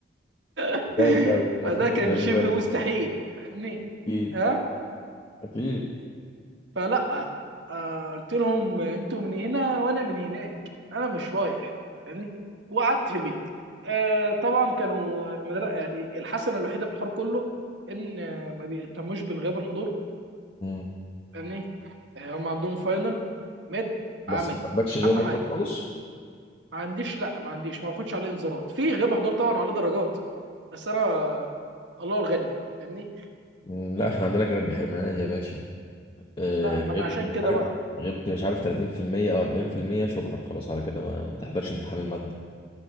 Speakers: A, on the right; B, on the left.
A: <laughs>
B: ازاي طيب المفروض
A: فده كان
B: يبقى
A: شبه
B: يجي
A: مستحيل فاهمني
B: اكيد
A: ها
B: اكيد
A: فلا آه، قلت لهم انتوا من هنا وانا من هناك انا مش رايح فاهمني وقعدت في البيت آه، طبعا كانوا مدر... يعني الحسنة الوحيدة في الحوار كله ان آه، ما بيهتموش بالغياب الحضور
B: مم.
A: فاهمني آه، هم عندهم فاينل مد
B: بس
A: عملي
B: ما عندكش غياب
A: اهم
B: وحضور
A: حاجة
B: خالص
A: ما عنديش لا ما عنديش ما باخدش عليه انذارات في غياب حضور طبعا عليه درجات بس انا الله الغني فاهمني
B: مم، لا احنا عندنا كانت بحرمانات يا باشا آه،
A: لا ما انا
B: غبت
A: عشان
B: مش
A: كده
B: عارف
A: بقى
B: غبت مش عارف 30% او 40% شكرا خلاص على كده ما, ما تحضرش امتحان الماده